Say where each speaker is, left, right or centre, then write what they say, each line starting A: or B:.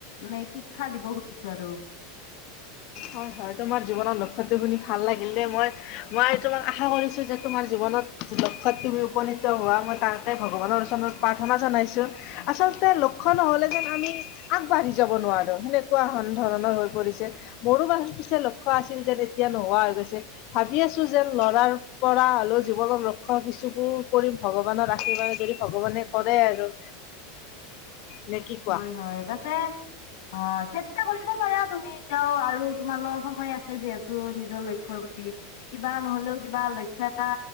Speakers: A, on the left; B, on the left.
A: মানে, শিক্ষা দিব খুজিছো আৰু।
B: হয় হয়। তোমাৰ জীৱনৰ লক্ষ্যটো শুনি ভাল লাগিল দেই। মই মই এইটো আশা কৰিছো যে তোমাৰ জীৱনত যে লক্ষ্য তুমি উপনীত হোৱা মই তাৰতে ভগৱানৰ ওচনত প্ৰাৰ্থনা জনাইছোঁ। আচলতে লক্ষ্য নহ'লে যেন আমি আগবাঢ়ি যাব নোৱাৰো। সেনেকুৱান ধৰণৰ হৈ পৰিছে। মোৰো মানে পিছে লক্ষ্য আছিল যেন তেতিয়া নোহোৱা হৈ গৈছে। ভাবি আছো যেন লৰাৰ পৰা হলেও জীৱনত লক্ষ্য কিছুবোৰ কৰিম। ভগৱানৰ আশীৰ্বাদ যদি ভগৱানে কৰে আৰু। নে কি কোৱা
A: হয় হয় পাছে অ চেষ্টা কৰিব পাৰা তুমি। এতিয়াও আৰু তোমাৰ লগত সময় আছে যিহেতু নিজৰ লক্ষ্য প্ৰতি কিবা নহলেও কিবা লক্ষ্য এটা